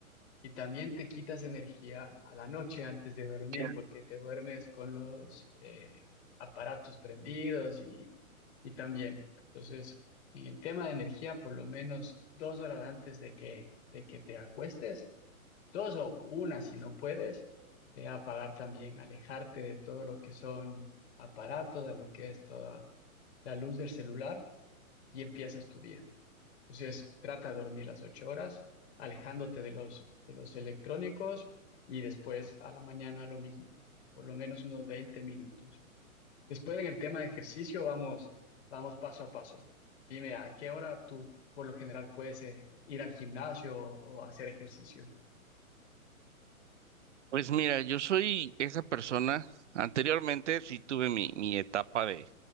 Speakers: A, on the left; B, on the right.
A: y también te quitas energía a la noche antes de dormir
B: te
A: porque te duermes con los eh, aparatos prendidos y, y también. Entonces, en el tema de energía, por lo menos dos horas antes de que, de que te acuestes, dos o una si no puedes, eh, apagar también, alejarte de todo lo que son aparatos, de lo que es toda la luz del celular y empiezas tu día. Entonces, trata de dormir las ocho horas, alejándote de los, de los electrónicos y después a la mañana lo mismo, por lo menos unos 20 minutos. Después en el tema de ejercicio vamos, vamos paso a paso. Dime, ¿a qué hora tú por lo general puedes eh, ir al gimnasio o, o hacer ejercicio?
B: Pues mira, yo soy esa persona. Anteriormente sí tuve mi, mi etapa de,